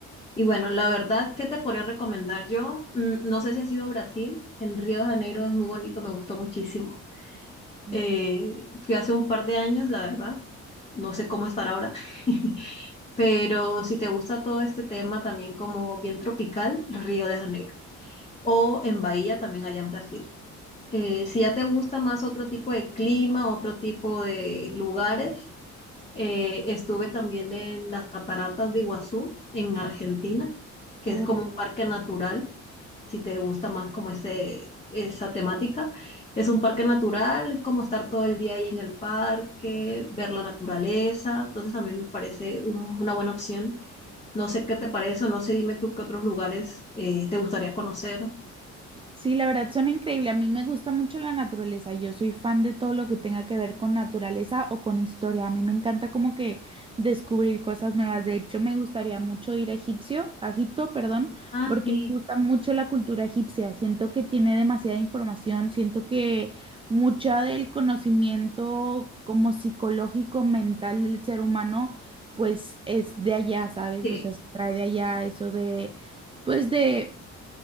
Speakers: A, on the left; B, on the right.
A: Y bueno, la verdad, ¿qué te podría recomendar yo? Mm, No sé si has ido a Brasil, en Río de Janeiro es muy bonito, me gustó muchísimo.
B: Sí.
A: Eh, fui hace un par de años, la verdad, no sé cómo estar ahora, <laughs> pero si te gusta todo este tema también como bien tropical, Río de Janeiro. O en Bahía también allá en Brasil. Eh, si ya te gusta más otro tipo de clima, otro tipo de lugares, eh, estuve también en las cataratas de Iguazú, en Argentina, que
B: Órale.
A: es como un parque natural, si te gusta más como ese, esa temática. Es un parque natural, es como estar todo el día ahí en el parque, ver la naturaleza. Entonces también me parece un- una buena opción. No sé qué te parece o no sé, dime tú qué otros lugares eh, te gustaría conocer.
B: Sí, la verdad suena increíble. A mí me gusta mucho la naturaleza. Yo soy fan de todo lo que tenga que ver con naturaleza o con historia. A mí me encanta como que descubrir cosas nuevas. De hecho, me gustaría mucho ir a Egipcio, a Egipto, perdón,
A: Ah,
B: porque
A: sí,
B: me gusta mucho la cultura egipcia. Siento que tiene demasiada información. Siento que mucha del conocimiento como psicológico, mental del ser humano, pues es de allá, ¿sabes?
A: sí,
B: O sea, se trae de allá eso de, pues de